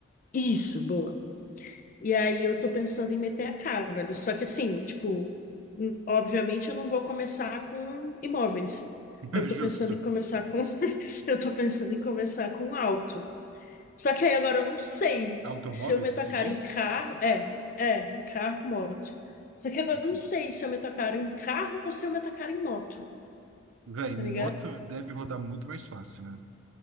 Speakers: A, on the left (about 40°); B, on the right (about 80°).
A: isso, boa. E aí eu tô pensando em meter a cara, velho. Só que assim, tipo, n- obviamente eu não vou começar com imóveis.
B: <laughs>
A: Eu tô
B: Justo.
A: pensando em começar com. <laughs> Eu tô pensando em começar com auto. Só que aí agora eu não sei
B: Automóveis,
A: se eu meto
B: você
A: a cara
B: diz?
A: em carro. É, é, carro, moto. Só que agora
B: Ok.
A: eu não sei se eu meto a cara em carro ou se eu meto a cara em moto,
B: Véi,
A: tá
B: moto
A: ligado?
B: deve rodar muito mais fácil, né?